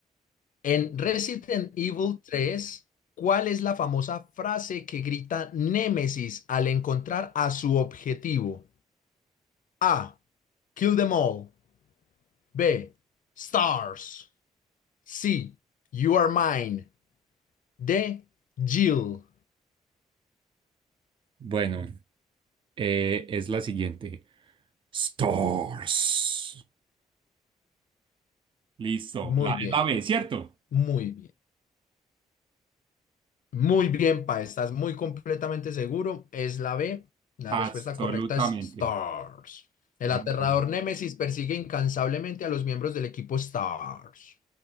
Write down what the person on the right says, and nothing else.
Bueno, eh, es la siguiente. Stars. Listo.
La,
es la B,
¿cierto?
Absolutamente.
Muy
bien.